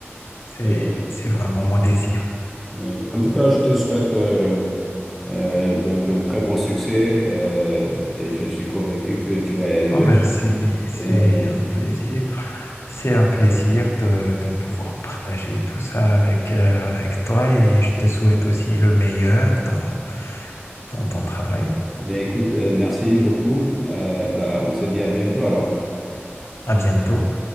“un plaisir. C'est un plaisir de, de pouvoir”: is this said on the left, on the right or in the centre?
Left